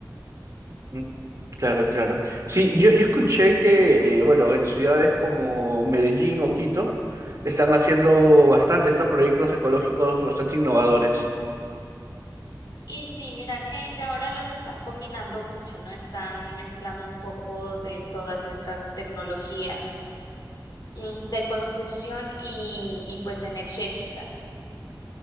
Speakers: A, on the right; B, on the left.
A: Mm, Claro, claro. Sí, yo, yo escuché que, eh, bueno, en ciudades como Medellín o Quito están haciendo bastante estos proyectos ecológicos bastante innovadores.
B: Y sí, mira que ya ahora los están combinando mucho, ¿no? Están mezclando un poco de todas estas tecnologías mm, de construcción y, y pues energéticas.